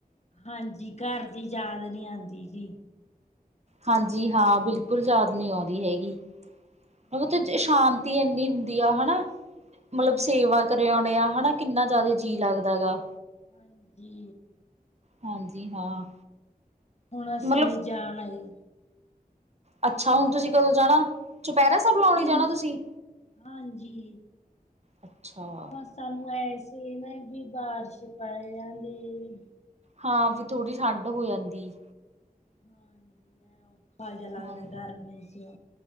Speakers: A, on the left; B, on the right.
A: ਹਾਂਜੀ ਘਰ ਦੀ ਯਾਦ ਨੀ ਆਂਦੀ ਜੀ
B: ਹਾਂਜੀ ਹਾਂ ਬਿਲਕੁਲ ਯਾਦ ਨਹੀਂ ਆਂਦੀ ਹੈਗੀ
A: ਹਾਂਜੀ
B: ਉਥੇ ਸ਼ਾਂਤੀ ਇੰਨੀ ਦੀ ਆ ਹਨਾ ਮਤਲਬ
A: ਹਾਂਜੀ
B: ਸੇਵਾ ਕਰਿਆਉਣੇ ਆ ਹਨਾ ਕਿੰਨਾ ਜ਼ਿਆਦਾ ਜੀਅ ਲੱਗਦਾ ਗਾ
A: ਹਾਂਜੀ
B: ਹਾਂਜੀ ਹਾਂ
A: ਹੁਣ ਅਸੀਂਨ
B: ਮਤਲਬ
A: ਜਾਣ ਆਏ
B: ਅੱਛਾ ਹੁਣ ਤੁਸੀਂ ਕਦੋਂ ਜਾਣਾ ਚੁਪੈਰਾ ਸਾਬ
A: ਹੁਣ
B: ਲਾਉਣੇ
A: ਅਸੀਂ
B: ਜਾਣਾ ਤੁਸੀਂ
A: ਹਾਂਜੀ
B: ਅੱਛਾ
A: ਬਸ ਸਾਨੂੰ ਐਸੇ ਨਾ ਵੀ ਬਾਰਿਸ਼ ਪਏ ਜਾਂਦੇ
B: ਹਾਂ ਵੀ ਥੋੜ੍ਹੀ ਠੰਡ ਹੋ ਜਾਂਦੀ
A: ਹਾਂਜੀ ਐ ਔਖਾ ਜੇਹਾ ਲੱਗਦਾ
B: ਹਾਂ।
A: ਗਰਮੀ ਚ